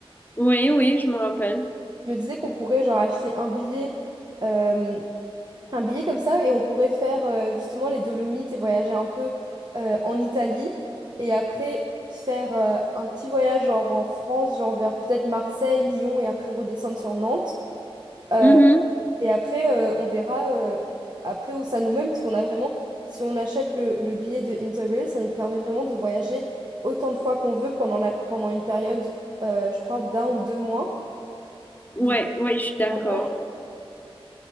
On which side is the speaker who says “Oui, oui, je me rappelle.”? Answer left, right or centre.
Left